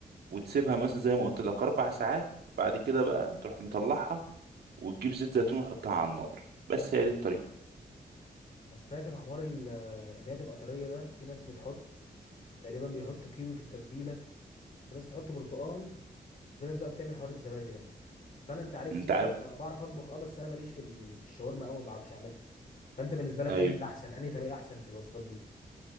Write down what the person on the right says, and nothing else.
وتسيبها مثلا زي ما قلت لك أربع ساعات بعد كده بقى تروح مطلعها وتجيب زيت زيتون وتحطها على النار بس هي دي الطريقة
أنت
عارف
أيوه